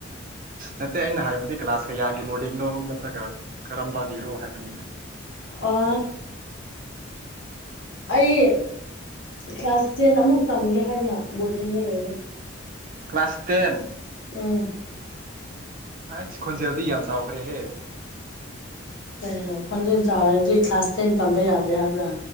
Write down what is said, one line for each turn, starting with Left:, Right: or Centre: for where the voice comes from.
Right: ꯅꯠꯇꯦ ꯑꯩꯅ ꯍꯥꯏꯕꯗꯤ ꯀ꯭ꯂꯥꯁ ꯀꯌꯥꯒꯤ ꯕꯣꯔꯗꯤꯡꯅꯣ ꯅꯠꯇ꯭ꯔꯒ ꯀꯔꯝꯕꯒꯤꯔꯣ ꯍꯥꯏꯕꯅꯤꯗ
Left: ꯑꯣ ꯑꯩ ꯀ꯭ꯂꯥꯁ ꯇꯦꯟ ꯑꯃꯨꯛ ꯇꯝꯒꯦ ꯍꯥꯏꯅ ꯕꯣꯔꯗꯤꯡꯗ ꯂꯩꯌꯦ
Right: ꯀ꯭ꯂꯥꯁ ꯇꯦꯟ
Left: ꯎꯝ
Right: ꯍꯥꯏꯁ ꯈꯣꯟꯖꯦꯜꯗꯤ ꯌꯥꯝ ꯆꯥꯎꯈ꯭ꯔꯦꯍꯦ
Left: ꯀꯩꯅꯣ ꯈꯣꯟꯖꯦꯜ ꯆꯥꯎꯔꯗꯤ ꯀ꯭ꯂꯥꯁ ꯇꯦꯟ ꯇꯝꯕ ꯌꯥꯗꯦ ꯍꯥꯏꯕ꯭ꯔꯥ